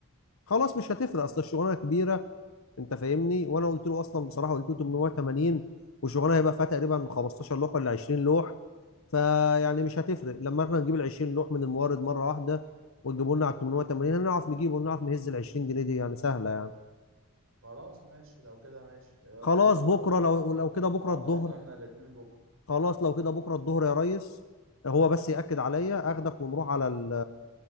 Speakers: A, on the left (about 85°); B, on the right (about 75°).
A: خلاص مش هتفرق أصل الشغلانة كبيرة أنت فاهمني وأنا قلت له أصلا بصراحة قلت له 880 والشغلانة هيبقى فيها تقريبا 15 لوح ولا 20 لوح فيعني مش هتفرق لما احنا نجيب ال 20 لوح من المورد مرة واحده وتجيبوا لنا على 880 هنعرف نجيبه ونعرف نهز ال 20 جنيه دي يعني سهله يعني
B: خلاص ماشي لو كده ماشي آه،
A: خلاص
B: كلمه انت
A: بكره
B: بكرة
A: لو لو كده بكره
B: أو
A: الظهر
B: نروح له احنا الاتنين بكرة
A: خلاص لو كده بكره الظهر يا ريس هو بس ياكد عليا اخدك ونروح على ال...